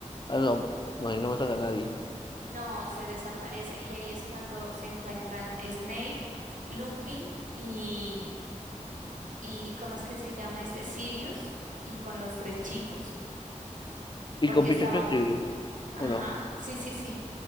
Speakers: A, on the left; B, on the right.
A: Ah, no, no, ahí no matan a nadie.
B: No, se desaparece y ahí es cuando se encuentran Snape, Lupin y, y ¿cómo es que se llama este? Sirius y con los tres chicos,
A: Y
B: porque
A: con Peter
B: estaban,
A: Pettigrew,
B: ajá,
A: ¿o no?
B: sí, sí, sí,